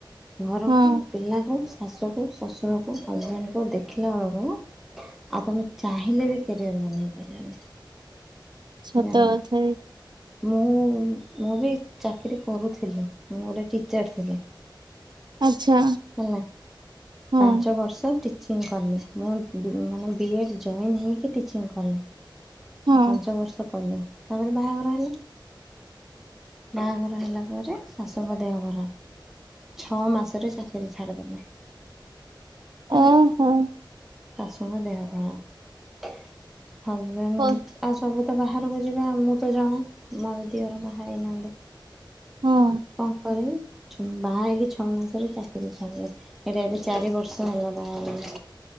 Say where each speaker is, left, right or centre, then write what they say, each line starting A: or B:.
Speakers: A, in the centre; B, on the right.
A: ଘରକୁ
B: ହଁ
A: ପିଲାକୁ, ଶାଶୁକୁ ଶଶୁରକୁ, ହଜବେଣ୍ଡ କୁ ଦେଖିଲା ବେଳକୁ ଆଉ ତମେ ଚାହିଁଲେ ବି କ୍ୟାରିୟର ବନେଇ ପାରିବନି।
B: ସତ
A: ଜାଣିଲ
B: କଥାବି।
A: ମୁଁ, ମୁଁ ବି ଚାକିରୀ କରୁଥିଲି। ମୁଁ ଗୋଟିଏ ଟିଚର୍ ଥିଲି।
B: ଆଚ୍ଛା
A: <inaudible> ହେଲା
B: ହଁ
A: ପାଞ୍ଚ ବର୍ଷ ଟି। ଟିଚିଂ କଲି, ମୁଁ ମାନେ ବିଏଡ଼୍ ଜଏନ୍ ହେଇକି ଟିଚିଂ କଲି
B: ହଁ
A: ପାଞ୍ଚ ବର୍ଷ କଲି। ତାପରେ ବାହାଘର ହେଲା। ବାହାଘର ହେଲା ପରେ ଶାଶୁଙ୍କ ଦେହ ଖରାପ। ଛଅ ମାସରେ ଚାକିରୀ ଛାଡ଼ିଦେଲି। <unintelligible>
B: ଓହୋ
A: ଶାଶୁଙ୍କ ଦେହ ଖରାପ। ହଜବେଣ୍ଡ
B: ହଁ
A: ଆଉ ସବୁତ ବାହାରକୁ ଯିବେ, ମୁଁ ତ ଜଣେ। ଦିଅର ବାହା ହେଇନାହାନ୍ତି।
B: ହଁ
A: କଣ କରିବି ଛ ବାହା ହେଇକି ଛଅ ମାସରେ ଚାକିରି ଛାଡ଼ିଦେଲି। ଏଇଟା ଏବେ ଚାରି ବର୍ଷ ହେଲା ବାହାଘର।